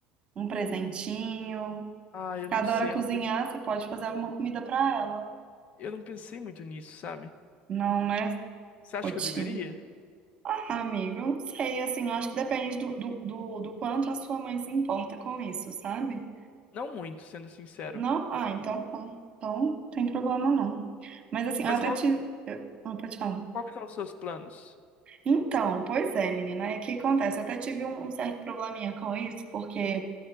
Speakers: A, on the right; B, on the left.
A: Um presentinho?
B: Ah, eu
A: Você
B: não
A: Adora
B: sei,
A: cozinhar,
B: eu não pensei,
A: você pode fazer alguma comida pra ela.
B: eu não pensei muito nisso, sabe?
A: Não, né?
B: Você acha
A: Rotina.
B: que eu deveria?
A: Ah, amigo, eu não sei, assim, eu acho que depende do, do, do do quanto a sua mãe se importa com isso, sabe?
B: Não muito, sendo sincero.
A: Não? Ah, então, tá bom. então não tem problema não. Mas assim,
B: Mas
A: eu até
B: qual,
A: tive. eu- Não, pode falar.
B: qual que são os seus planos?
A: Então, pois é, menina, é que acontece. Eu até tive um, um certo probleminha com isso, porque